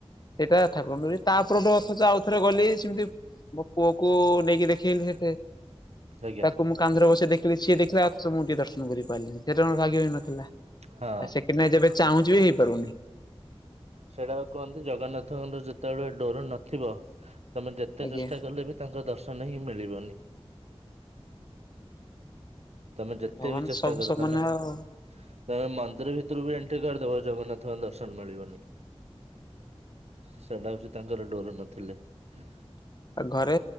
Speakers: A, on the left; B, on the right.
A: ସେଇଟା ଠାକୁରଙ୍କ ଡୋରୀ ତାପରଠୁ ଅଥଚ ଆଉ ଥରେ ଗଲି ସେମିତି ମୋ ପୁଅ କୁ ନେଇକି ଦେଖେଇଲି ସେତେ
B: ଆଜ୍ଞା
A: ତାକୁ ମୁଁ କାନ୍ଧରେ ବସେଇ ଦେଖିଲି ସିଏ ଦେଖିଲା ଅଥଚ ମୁଁ ଟିକେ ଦର୍ଶନ କରିପାରିଲିନି ସେଟା ମୋର ଭାଗ୍ୟ ହିଁ ନଥିଲା। ଆଉ
B: ହଁ
A: ସେକେଣ୍ଡ୍ ନାଇଁ ଯେବେ ଚାହୁଁଛି ବି ହେଇପାରୁନି।
B: ସେଇଟା କୁହନ୍ତି ଜଗନ୍ନାଥଙ୍କର ଯେତେବେଳେ ଡୋର ନଥିବ ତମେ ଯେତେ
A: ଆଜ୍ଞା।
B: ଚେଷ୍ଟା କଲେ ବି ତାଙ୍କ ଦର୍ଶନ ହିଁ ମିଳିବନି। ତେ ଯେତେ
A: ଭଗବାନ
B: ବି ଚେଷ୍ଟା
A: ସବୁ
B: କର
A: ସମାନ
B: ତମେ
A: ଆଉ
B: ତମେ ମନ୍ଦିର ଭିତରୁ ବି ଏଣ୍ଟ୍ରି କରିଦେବ ଜଗନ୍ନାଥଙ୍କ ଦର୍ଶନ ମିଳିବନି। ସେଇଟା ହଉଛି ତାଙ୍କର ଡୋର ନଥିଲେ। <inaudible>
A: ଆଉ ଘରେ